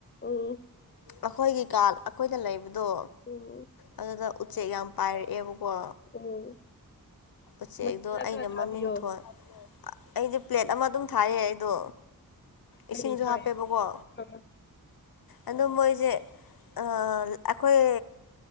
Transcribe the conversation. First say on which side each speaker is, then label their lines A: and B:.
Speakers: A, on the left; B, on the left.
A: ꯎꯝ
B: ꯑꯩꯈꯣꯏꯒꯤ ꯀꯥꯔꯗ ꯑꯩꯈꯣꯏꯗ ꯂꯩꯕꯗꯣ
A: ꯎꯝ
B: ꯑꯗꯨꯗ ꯎꯆꯦꯛ ꯌꯥꯝ ꯄꯥꯏꯔꯛꯑꯦꯕꯀꯣ
A: ꯎꯝ
B: ꯎꯆꯦꯛꯗꯣ
A: ꯃꯆꯤꯟꯖꯥꯛ
B: ꯑꯩꯅ
A: ꯈꯔ ꯊꯥꯕꯤꯌꯣ
B: ꯃꯃꯤꯡ ꯊꯣꯜ ꯑꯩꯗꯣ ꯄ꯭ꯂꯦꯠ ꯑꯃ ꯑꯗꯨꯝ ꯊꯥꯏꯌꯦ ꯑꯩꯗꯣ
A: ꯀꯔꯤ
B: ꯏꯁꯤꯡꯁꯨ
A: ꯊꯥꯏ
B: ꯍꯥꯞꯄꯦꯕꯀꯣ
A: ꯑ ꯎꯝ
B: ꯑꯗꯨ ꯃꯣꯏꯁꯦ ꯑꯩꯈꯣꯏ